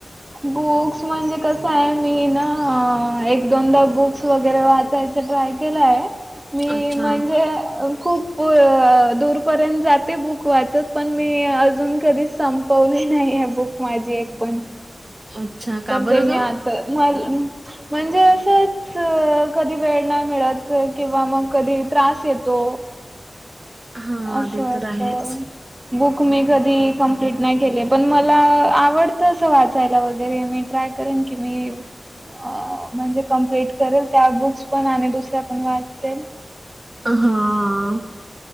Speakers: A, on the right (about 20°); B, on the right (about 35°).
A: बुक्स म्हणजे कस आहे मी ना एक दोनदा बुक्स वगैरे वाचायच. ट्राय केलाय मी
B: अच्छा,
A: म्हणजे खूप. होय दूरपर्यंत जाते बुक वाचत पण मी अजून कधीच संपवली नाही ह बुक माझी एक पण.
B: अच्छा. का
A: तर
B: बरं
A: ते
B: गं?
A: मी आता म म्हणजे असंच कधी वेळ नाही मिळत किंवा मग कधी त्रास येतो.
B: हां,
A: असं
B: ते तर
A: असतं.
B: आहेच.
A: बुक मी कधी कंप्लीट नाही केली पण मला आवडतं अस वाचायला वगैरे मी ट्राय करेन की मी अ म्हणजे कंप्लीट करेल त्या बुक्स पण आणि दुसऱ्या पण वाचेल.
B: हा.